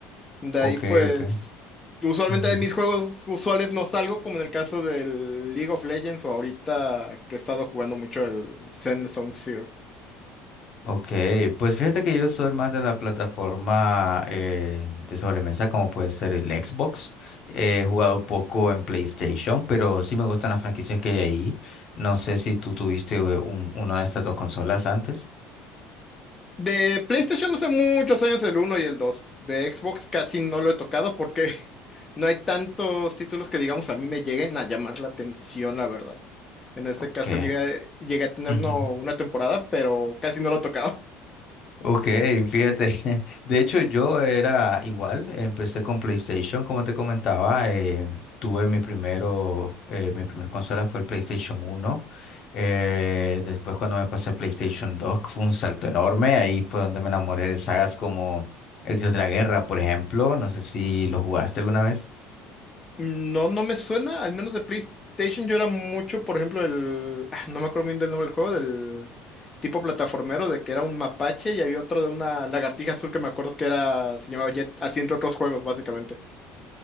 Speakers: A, on the left (about 20°); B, on the left (about 50°).
A: De ahí,
B: Ok,
A: pues,
B: ok.
A: usualmente
B: Ujú.
A: de mis juegos usuales no salgo, como en el caso del League of Legends o ahorita que he estado jugando mucho el Zen Zone Zero.
B: Ok, pues fíjate que yo soy más de la plataforma eh, de sobremesa, como puede ser el Xbox. He jugado poco en PlayStation, pero sí me gustan las franquicias que hay ahí. No sé si tú tuviste eh, un- una de estas dos consolas antes.
A: De PlayStation hace muchos años el uno y el 2. De Xbox casi no lo he tocado porque <laughs> no hay tantos títulos que digamos a mí me lleguen a llamar la atención, la verdad. En este
B: Ok.
A: caso llegué, llegué a tener
B: Ujú.
A: uno, una temporada, pero casi no lo tocaba. <laughs>
B: Ok, fíjate. <laughs> De hecho, yo era igual. Empecé con PlayStation, como te comentaba. eh, tuve mi primero, eh, mi primer consola fue el PlayStation uno, eh, después, cuando me pasé a PlayStation dos fue un salto enorme. Ahí fue donde me enamoré de sagas como El Dios de la Guerra, por ejemplo. No sé si lo jugaste alguna vez.
A: No, no me suena, al menos de PlayStation yo era mucho, por ejemplo, el... ah, No me acuerdo bien del nombre del juego, del tipo plataformero, de que era un mapache y había otro de una lagartija azul que me acuerdo que era, se llamaba Jet, así entre otros juegos, básicamente.